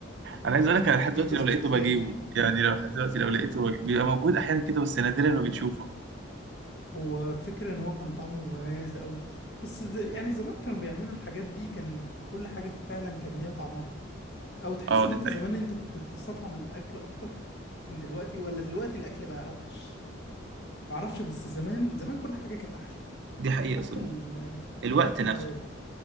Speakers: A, on the right; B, on the left.
A: انا عايز
B: انت
A: اقول
B: كنت
A: لك انا لحد
B: بتجيب
A: دلوقتي
B: بسكوت
A: لو لقيته
B: بايش
A: بجيبه يعني لو لحد دلوقتي لو لقيته بج- بيبقى موجود احيانا كده بس نادرا ما بتشوفه
B: هو فكرة ان هو كان طعمه مميز قوي بس ز- يعني زمان كانوا بيعملوا الحاجات دي كان كل حاجه فعلا كان ليها طعمها او تحس
A: اه
B: ان
A: دي
B: انت
A: حقيقة
B: زمان انت كنت بتستطعم الاكل اكتر من دلوقتي ولا دلوقتي الاكل بقى اوحش معرفش بس زمان زمان كل حاجه كانت احلى
A: دي حقيقة
B: حتى
A: صدق
B: ال
A: الوقت
B: حتى
A: نفسه
B: الحلويات